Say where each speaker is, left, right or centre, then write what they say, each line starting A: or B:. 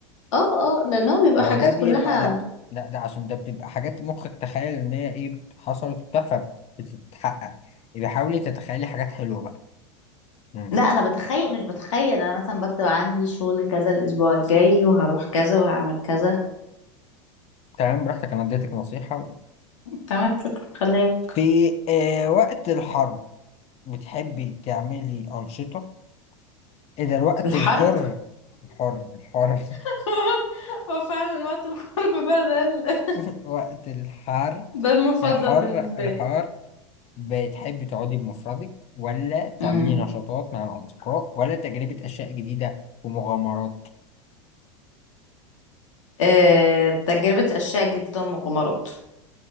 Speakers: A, on the left (about 70°); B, on the left (about 40°).
A: اه اه لان هو بيبقى
B: ما
A: حاجات
B: هو ده بيبقى
A: كلها
B: لا لا ده عشان ده بتبقى حاجات مخك تخيل ان هي ايه حصلت وبتاع فبتتحقق يبقى حاولي تتخيلي حاجات حلوه بقى مم.
A: لا انا بتخيل مش بتخيل انا مثلا بكتب عندي شغل كذا الاسبوع الجاي وهروح كذا وهعمل كذا
B: تمام براحتك انا اديتك نصيحه
A: تمام شكرا خليها لك
B: في آه وقت الحر بتحبي تعملي انشطه اذا الوقت
A: الحرب
B: الحر الحر الحر
A: <laughs> هو فعلا وقت الحرب بقى ده ال-
B: <laughs> وقت الحر
A: ده المفضل
B: الحر
A: بالنسبة
B: الحر
A: لي
B: بتحبي تقعدي بمفردك ولا تعملي
A: امم
B: نشاطات مع الاصدقاء ولا تجربه اشياء جديده ومغامرات
A: آه، تجربة أشياء جدا مغامرات